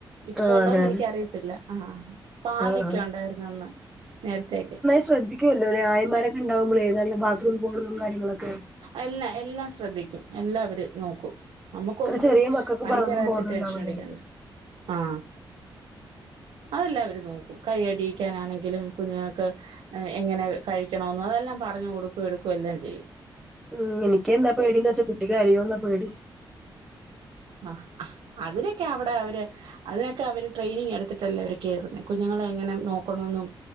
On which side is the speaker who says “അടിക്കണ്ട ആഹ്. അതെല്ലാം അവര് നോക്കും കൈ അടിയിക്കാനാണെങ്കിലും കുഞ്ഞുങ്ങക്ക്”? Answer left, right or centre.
Right